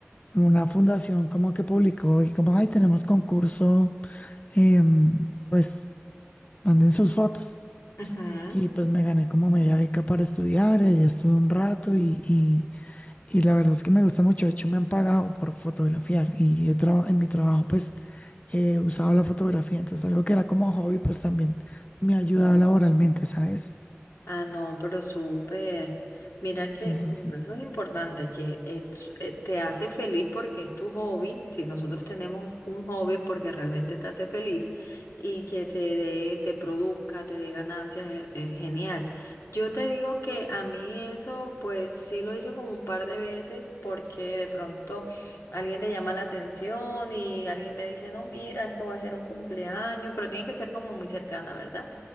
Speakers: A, on the left; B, on the left.
A: una fundación como que publicó y como, ay, tenemos concurso, em, pues manden sus fotos.
B: Ujú.
A: Y pues me gané como media beca para estudiar, allá estuve un rato y, y, y la verdad es que me gusta mucho, de hecho me han pagado por fotografiar y he traba- en mi trabajo pues he usado la fotografía, entonces algo que era como hobby pues también me ha ayudado laboralmente, ¿sabes?
B: Ah, no, pero súper. Mira que,
A: Sí, sí,
B: bueno,
A: sí,
B: eso es importante, que es- eh, te hace feliz porque es tu hobby. Si nosotros tenemos un hobby es porque realmente te hace feliz y que te dé, te produzca, te dé ganancias, eh, eh, genial. Yo te digo que a mí eso, pues sí lo hice como un par de veces porque de pronto alguien le llama la atención y alguien me dice, no, mira, es que voy a hacer un cumpleaños, pero tiene que ser como muy cercana, ¿verdad?